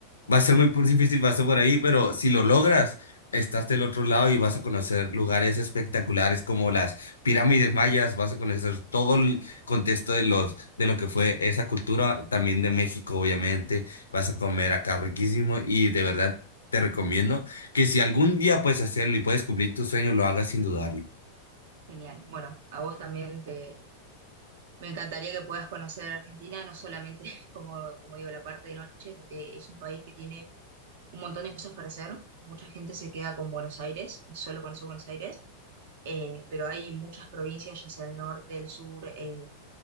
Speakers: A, on the left; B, on the right.
A: Va a ser muy por- difícil, va a ser por ahí, pero si lo logras, estás del otro lado y vas a conocer lugares espectaculares como las pirámides mayas, vas a conocer todo el contexto de los, de lo que fue esa cultura, también de México, obviamente, vas a comer acá riquísimo y de verdad te recomiendo que si algún día puedes hacerlo y puedes cumplir tu sueño, lo hagas sin dudarlo.
B: genial. Bueno, a vos también te... Me encantaría que puedas conocer Argentina, no solamente, <laughs> como, como digo, la parte de noche, sino que es un país que tiene un montón de cosas para hacer. Mucha gente se queda con Buenos Aires y solo conoce Buenos Aires, eh, pero hay muchas provincias, ya sea el norte, el sur. eh,